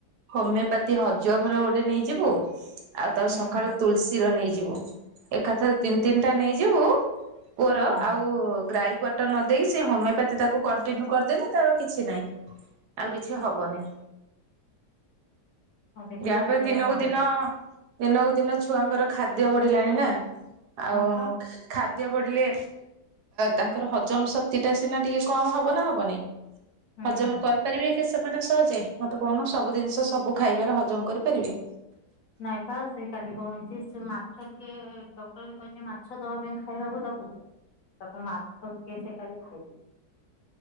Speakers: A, on the right; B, on the left.
A: ହୋମିଓପାତୀ ହଜମ୍ ର ଗୋଟେ ନେଇଯିବୁ ଆଉ ତା
B: ହୁଁ
A: ସଖାଳୁ ତୁଳସୀର ନେଇଯିବୁ ଏକାଥରେ ତିନ୍ ତିନ୍ ଟା ନେଇଯିବୁ ପୁଅର
B: ହଁ
A: ଆଉ ଗ୍ରାଈ <unintelligible> ଟ ନ ଦେଇେ ସେ ହୋମିଓପାଥି ତାକୁ କଣ୍ଟିନ୍ୟୁ କରିଦେଲେ ତାର କିଛି ନାହିଁ ଆଉ କିଛି ହବନି।
B: ହଁ ଦେଖିବା
A: ବ୍ୟାପ ଇ
B: ସେଇୟା
A: ଦିନକୁ
B: କରେ
A: ଦିନ ଦିନକୁ ଦିନ ଛୁଆଙ୍କର ଖାଦ୍ୟ ବଢିଲାଣି ନା ଆଉ
B: ହଁ ପା
A: ଖାଦ୍ୟ ପଡିଲେ ତାଙ୍କର ହଜମ ଶକ୍ତି ଟା ସିନା ଟିକେ କମ୍ ହବ ନା ହବନି?
B: ହୁଁ
A: ହଜମ୍ କରିପାରିବେ ଏକା ସେମାନେ ସହଜେ ମତେ କୁ କନ ସବୁ ଜିନିଷ ସବୁ ଖାଇବାରେ ହଜମ କରିପାରିବି?
B: ନାଇଁ ପା ସେ କାଲି କଁ ହେଇଚି ସେ ମାଛ ଟିକେ ଡକ୍ଟର କହିଚି ମାଛ ଦବା ପାଇଁ ଖାଇବାକୁ ତାକୁ। ତାକୁ ମାଛ ଟିକେ ସେ ଖାଲି ଖାଇଚି।